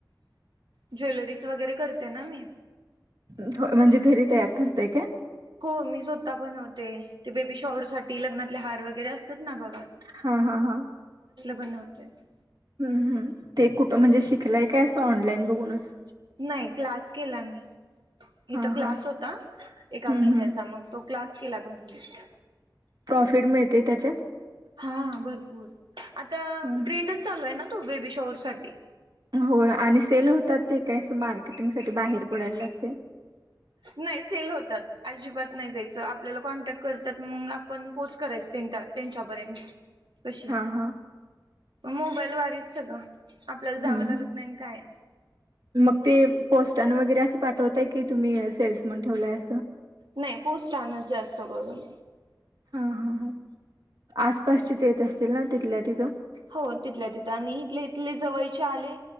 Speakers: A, on the right; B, on the right.
A: ज्वेलरीच वगैरे करते ना मी.
B: हो, म्हणजे घरी तयार करतय काय?
A: हो, मी स्वतः बनविते. ते बेबी शॉवरसाठी, लग्नातले हार वगैरे असतात ना बघा.
B: हाहाहा.
A: बनविते <unintelligible>
B: हम्मह, ते कुठं म्हणजे शिकलाय काय? असं ऑनलाईन बघूनच.
A: नाही क्लास केला मी,
B: हा
A: इथं
B: हा
A: क्लास होता एका
B: हम्म
A: महिन्याचा
B: हम्म
A: मग तो क्लास केला कंप्लीट.
B: प्रॉफिट मिळते त्याच्यात?
A: हा, भरपूर आता
B: हम्म
A: ट्रेंडच चालू आहे ना तू बेबी शॉवरसाठी.
B: होय, आणी सेल होतात ते काय असं मार्केटिंग साठी बाहेर पडायला लागतंय.
A: नाही, सेल होतात अजिबात नाही जायचं आपल्याला कॉन्टॅक्ट करतात. मग आपण पोच करायचं त्यां त्यांच्यापर्यंत तशी
B: हा हा
A: मोबाईल वारीच सगळं. आपल्याला जावं
B: हम्म
A: लागत
B: हम्म
A: नाही काय नाही.
B: मग ते पोस्टाने वगैरे असं पाठवीताय की तुम्ही सेल्समन ठेवलंय असं.
A: नाही पोस्ट आण जास्त करून
B: हा हा ह आसपासचेच येत असतील ना तिथल्या तिथून
A: हो तिथल्या तिथं आणि इथले इथले जवळचे आले